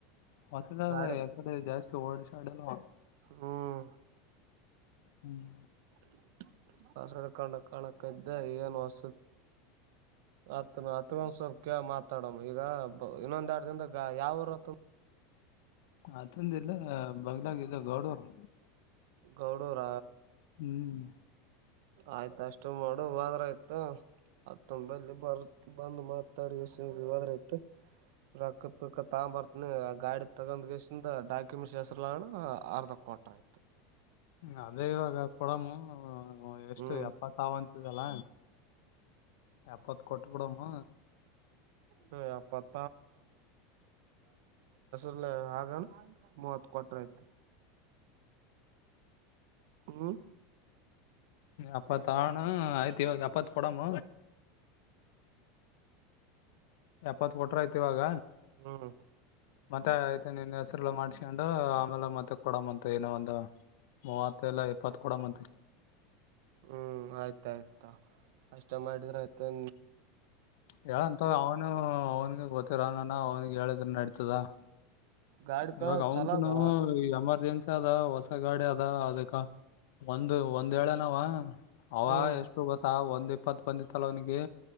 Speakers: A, on the left (about 65°); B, on the right (about 60°).
A: ಹೊಸದ
B: ಗಾಡಿ
A: ಯಕಡೆ ಜಾಸ್ತಿ ಓಡ್ ಶ್ಯಾಡಿಲ್ಲ ಅವ.
B: ಹ್ಮ್
A: ಹ್ಮ್.
B: <unintelligible> ಹತ್ ನ ಅತ್ೊಂದ್ಸಬ್ ಕ ಮಾತಾಡಮ್ಮ ಈಗ ಇನ್ನೊಂದ್ ಎರಡ್ ದಿಂದ ಯಾವರಾ <inaudible>
A: ಅತಂದ ಇಲ್ಲ ಬಗ್ಲಾಗ ಗೌಡವರು.
B: ಗೌಡೂರ
A: ಹ್ಮ್
B: ಆಯ್ತ ಅಷ್ಟು ಮಾಡು ಹದ್ರ ಆಯ್ತ ಅತ್ತಂದಲ್ಲಿ ಬರ್ ಬಂದು ಮಾತಾಡಿದ್ರಯ್ತು ರೊಕ್ಕ ಪಕ್ಕ ತಾ ಬರ್ತನಿ ಗಾಡಿ ತಗಂದ್ ಕೆಸ ಡಾಕ್ಯುಮೆಂಟ್ಸ್ ಹೆಸರುನ ಅರ್ಧ ಕೊಟ ಆಯ್ತು
A: ಅದೇ ಇವಾಗ ಕೊಡಮು ಹ ಎಷ್ಟು
B: ಹ್ಮ್
A: ಎಪ್ಪತ್ವಂತಿದಲ್ಲ ಎಪ್ಪತ್ ಕೊಟ್ ಬಿಡಮ್ಮ
B: ಹ ಅ ಅಪ್ಪ ಅಲ್ಲ ಆಗಣ ಮೂವತ್ ಕೊಟ್ರ ಐತ ಹ್ಮ್
A: ಎಪ್ಪತ್ತಣ ಆಯ್ತು ಇವಾಗ ಎಪ್ಪತ್ ಕೊಡಾಮ ಎಪ್ಪತ್ ಕೊಟ್ರ ಆಯ್ತಿ ಇವಾಗ
B: ಹ್ಮ್
A: ಮತ್ತೆ ಆಐ್ತ ನಿನ್ ಹೆಸರುಲ್ಲ ಮಾಡ್ಸ್ಕೊಂಡು ಆಮೇಲೆ ಮತ್ತೆ ಕೊಡಮ್ಮಂತ ಏನೋ ಒಂದು ಮೂವತ್ತ ಎಲ್ಲ ಇಪ್ಪತ್ ಕೂಡ ಮತ್
B: ಹ್ಮ್ ಆಯ್ತಾಯ್ತಾ ಅಷ್ಟ ಮಾಡಿದ್ರೆ ಆಯ್ತು
A: ಹೇಳಂತ ಅವನು ಅವನಿಗೆ ಗೊತ್ತಿರ ನಾನ ಅವನಿಗೆ ಹೇಳಿದ್ರ ನಡತದ
B: ಗಾಡಿ ಕಲರ್
A: ಇವಾಗ ಅವಂತುನು
B: ಚಲೋ ಅದ
A: ಎಮರ್ಜೆನ್ಸಿ ಅದ ಹೊಸ ಗಾಡಿ ಅದ ಅದಕ್ಕೆ ಒಂದು ಒಂದೆನಾವ ಅವ
B: ಹ್ಮ್
A: ಎಷ್ಟು ಗೊತ್ತಾ ಒಂದ್ ಇಪ್ಪತ್ ಬಂದಿತ್ತಲ ಅವ್ನಿಗೆ